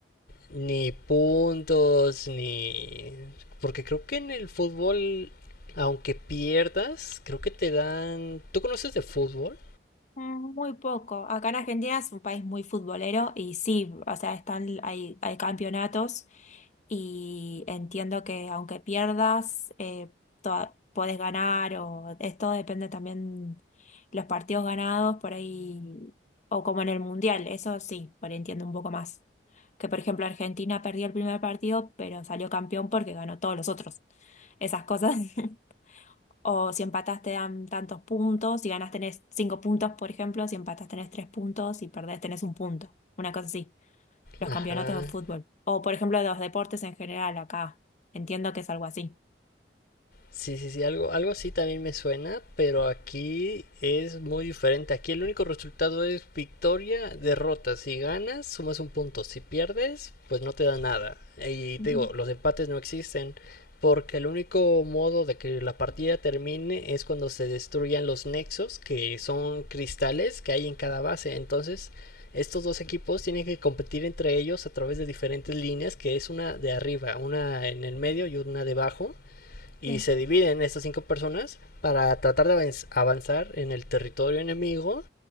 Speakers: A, on the left (about 60°); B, on the left (about 40°).
A: ni puntos, ni... Porque creo que en el fútbol, aunque pierdas, creo que te dan... ¿Tú conoces de fútbol?
B: Mm, Muy poco. Acá en Argentina es un país muy futbolero y sí, o sea, están, hay, hay campeonatos y entiendo que aunque pierdas, eh, toda- podés ganar o esto depende también los partidos ganados por ahí o como en el Mundial, eso sí, por ahí entiendo un poco más. Que por ejemplo Argentina perdió el primer partido, pero salió campeón porque ganó todos los otros. Esas cosas. <laughs> O si empatas te dan tantos puntos, si ganas tenés cinco puntos, por ejemplo, si empatas tenés tres puntos, si perdés tenés un punto. Una cosa así, los
A: Ajá.
B: campeonatos de fútbol. O por ejemplo, de los deportes en general acá. Entiendo que es algo así.
A: Sí, sí, sí, algo, algo así también me suena, pero aquí es muy diferente. Aquí el único resultado es victoria, derrota. Si ganas, sumas un punto. Si pierdes, pues no te da nada. Y
B: Ujú,
A: te digo, los empates no existen, porque el único modo de que la partida termine es cuando se destruyan los nexos, que son cristales que hay en cada base. Entonces, estos dos equipos tienen que competir entre ellos a través de diferentes líneas, que es una de arriba, una en el medio y una debajo y
B: Sí,
A: se dividen estas cinco personas para tratar de avanzar en el territorio enemigo